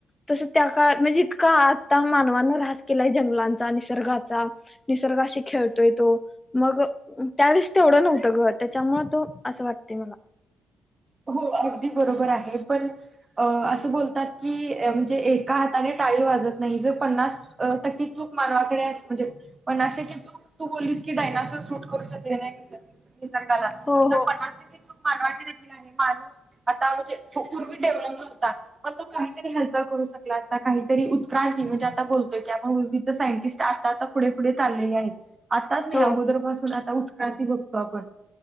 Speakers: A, on the left; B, on the right.
A: तसं, त्या काळात म्हणजे, इतका आता मानवाांन, रास केलाय, जंगलांचा, निसर्गाचा, निसर्गाशी खेळतोय तो, मग त्यावेळेस, तेवढं नव्हतं ग. त्याच्यामुळे तो, असं वाटते मला,
B: हो, अगदी बरोबर आहे, पण, अ, असं बोलतात की, म्हणजे एका हाताने टाळी वाजत नाही, जे पन्नास अ, टक्की चूक मानवाकडे म्हणजे, पन्नास टक्के चूक तू, बोलीस की डायनासोर, शूट करू शकले नाही. निसर्गाला
A: हो
B: तर,
A: हो
B: पन्नास टक्के चूक मानवाची देखीलआहे, मान आता म्हणजे, पूरीवी डेव्हलप नव्हता, मग, तो काहीतरी हालचला करू शकला असता, काहीतरी उत्क्रांती, म्हणजे आता बोलतोय की, आपण विविध सायंटिस्ट आता -आता, पुढे -पुढे चाललेले आहेत. आताच नाही,
A: हो
B: अगोदर पासून आता उत्काती बघतो आपण,